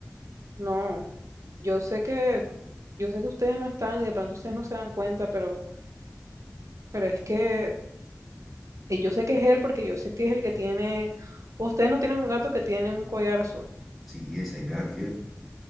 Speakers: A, on the right; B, in the centre.
A: no, yo sé que, yo sé que ustedes no están y de pronto ustedes no se dan cuenta, pero, pero es que y yo sé que es él porque yo sé que es el que tiene, ustedes no tienen un gato que tiene un collar azul.
B: Sí, ese es Garfield.